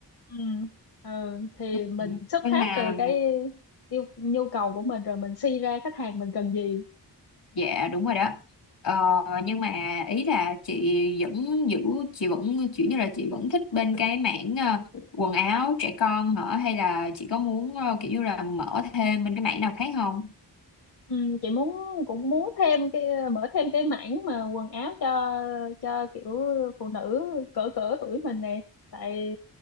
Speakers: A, on the left (about 60°); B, on the left (about 80°).
A: ừ. ừ. thì
B: Ừ.
A: mình xuất
B: nhưng
A: phát
B: mà
A: từ cái yêu nhu cầu của mình rồi mình suy ra khách hàng mình cần gì
B: Dạ đúng rồi đó. Ờ, nhưng mà ý là chị vẫn giữ chị vẫn kiểu như là chị vẫn thích bên cái mảng ờ, quần áo trẻ con hả hay là chị có muốn ờ, kiểu như là mở thêm bên cái mảng nào khác không?
A: ừ. chị muốn cũng muốn thêm cái mở thêm cái mảng mà quần áo cho cho kiểu phụ nữ cỡ cỡ tuổi mình nè tại